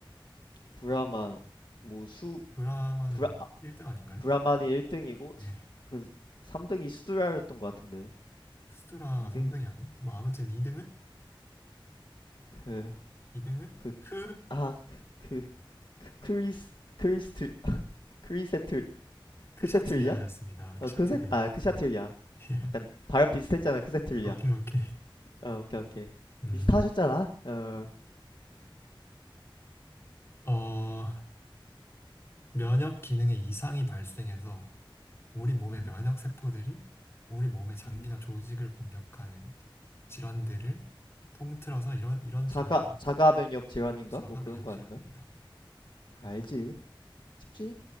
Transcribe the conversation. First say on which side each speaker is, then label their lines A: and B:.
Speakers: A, on the left (about 60°); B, on the left (about 30°).
A: 브라만, 뭐 수,
B: 브라마는
A: 브라,
B: 1등 아닌가요?
A: 브라만이 1등이고,
B: 예.
A: 그 3등이 수두라였던 것 같은데.
B: 수드라가
A: 2등,
B: 3등이었나? 뭐 아무튼 2등은
A: 그,
B: 2등은
A: 그,
B: 크
A: 아, 그, 그 크리스, 크리스트, 크리세틀,
B: 크샤트리아였습니다.
A: 크세트리야 어,
B: 크샤트리아.
A: 크세, 아, 크샤트리야
B: 예. <laughs>
A: 약간 발음 비슷했잖아, 크세트리야
B: 오케이, 오케이.
A: 어, 오케이, 오케이.
B: 음,
A: 비슷하셨잖아. 어,
B: 어, 면역 기능에 이상이 발생해서 우리 몸의
A: 음흠,
B: 면역 세포들이 우리 몸의 장기나
A: 음흠.
B: 조직을 공격하는 질환들을 통틀어서 이런 이런
A: 자가,
B: 질환이라고 불러요.
A: 자가면역 질환인가?
B: 자가
A: 뭐 그런
B: 면역
A: 거
B: 질환입니다.
A: 아닌가? 알지. 쉽지?